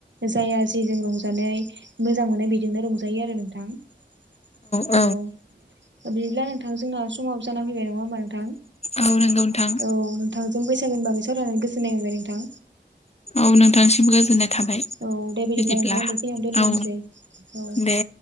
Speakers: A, on the right (about 80°); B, on the left (about 35°).
A: जाया जेजों रंजानानै मोजां मोनो बेजोंनो रंजायो आरो नोंथां। औ।
B: औ
A: ओ बिदिब्ला नोंथां जोंना समाबो जाना फैबाय नङा होमबा नोंथां?
B: औ नोंगौ नोंथां।
A: औ नोंथांजों बैसागोनि बागै सावरायनानै गोजोन्नाय मोनबाय नोंथां।
B: औ नोंथांनिसिम गोजोननाय थाबाय
A: औ दे
B: बिदिब्ला
A: नोंथां बेखिनियावनो दोनथ'नोसै
B: औ
A: औ।
B: दे।